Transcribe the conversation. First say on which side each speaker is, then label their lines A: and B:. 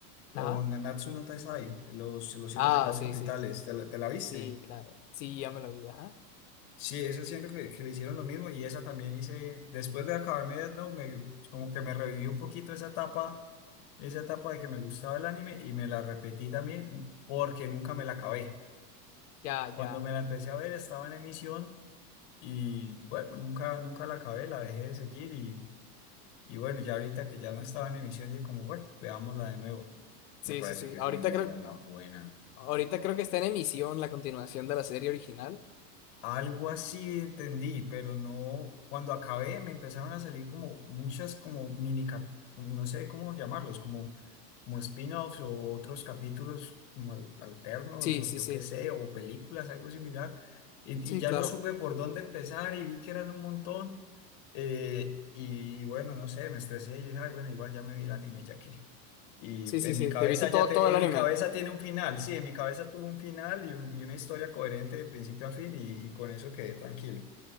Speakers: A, on the left; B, on the left.
A: Con
B: Ajá.
A: Nanatsu no Taizai, los, los siete
B: Ah,
A: pecados
B: sí,
A: capitales.
B: sí,
A: ¿Te la, te la viste?
B: sí, claro. Sí, ya me lo vi, ajá.
A: Sí, esa siento que, que le hicieron lo mismo y esa también hice, después de acabarme Death Note, me, como que me revivió un poquito esa etapa, esa etapa de que me gustaba el anime y me la repetí también porque nunca me la acabé.
B: Ya, ya.
A: Cuando me la empecé a ver estaba en emisión. Y bueno, nunca, nunca la acabé, la dejé de seguir y, y bueno, ya ahorita que ya no estaba en emisión, dije como, bueno, veámosla de nuevo.
B: Sí,
A: Me parece
B: sí, sí.
A: que es
B: Ahorita
A: muy
B: creo,
A: buena.
B: ahorita creo que está en emisión la continuación de la serie original.
A: Algo así entendí, pero no, cuando acabé me empezaron a salir como muchas como mini, cap- no sé cómo llamarlos, como, como spin-offs o otros capítulos como al- alternos
B: Sí,
A: o
B: sí,
A: yo
B: sí.
A: qué sé, o películas, algo similar. Y,
B: Sí,
A: y ya
B: claro.
A: no supe por dónde empezar y vi que eran un montón. eh, y, bueno, no sé, me estresé y dije, ay, bueno, igual ya me vi el anime ya que. Y
B: Sí, sí,
A: en
B: sí.
A: mi cabeza
B: ¿Te viste todo,
A: ya te,
B: todo el
A: en
B: anime?
A: mi cabeza tiene un final, sí, en mi cabeza tuvo un final y, un- y una historia coherente de principio a fin y, y con eso quedé tranquilo.